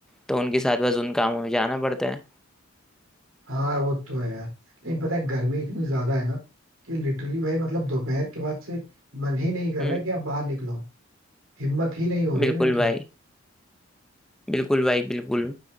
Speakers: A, in the centre; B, on the right.
A: तो उनके साथ बस उन कामों में जाना पड़ता है
B: हाँ वो तो है यार लेकिन पता है गर्मी इतनी ज्यादा है ना कि लिटरली भाई मतलब दोपहर के बाद से मन ही नहीं कर
A: हम्म,
B: रहा है कि आप बाहर निकलो हिम्मत ही नहीं हो रही
A: बिल्कुल
B: है मेरी तो
A: भाई बिल्कुल भाई बिल्कुल